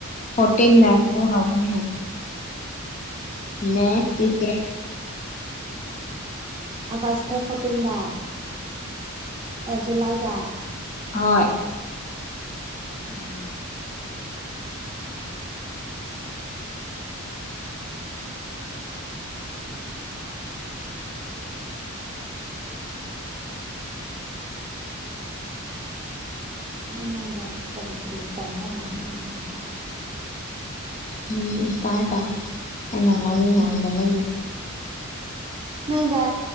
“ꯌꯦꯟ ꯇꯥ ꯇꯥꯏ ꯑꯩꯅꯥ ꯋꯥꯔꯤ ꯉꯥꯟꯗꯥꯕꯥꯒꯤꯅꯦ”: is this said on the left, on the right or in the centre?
Left